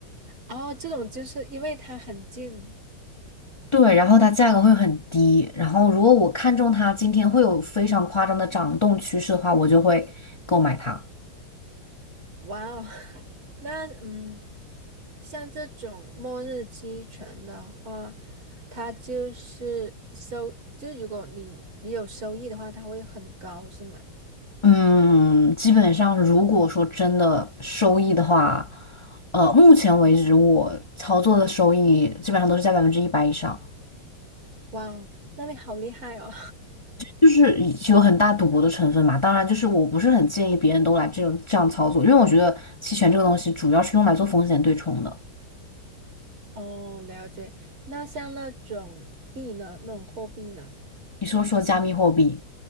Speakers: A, on the right; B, on the left.
A: 哦，这种就是因为它很近。
B: 对，然后它价格会很低。然后如果我看中它今天会有非常夸张的涨动趋势的话，我就会购买它。
A: 哇哦，<laughs> 那嗯，像这种末日期犬的话，它就是收，就是如果你你有收益的话，它会很高，是吗？
B: 嗯，基本上如果说真的收益的话，呃，目前为止我操作的收益基本上都是在百分之一百以上。
A: 哇哦，那你好厉害哦！
B: 就是有很大赌博的成分嘛。当然，就是我不是很建议别人都来这种这样操作，因为我觉得期权这个东西主要是用来做风险对冲的。
A: <laughs> 哦，了解。那像那种币呢，那种货币呢？
B: 你说说加密货币，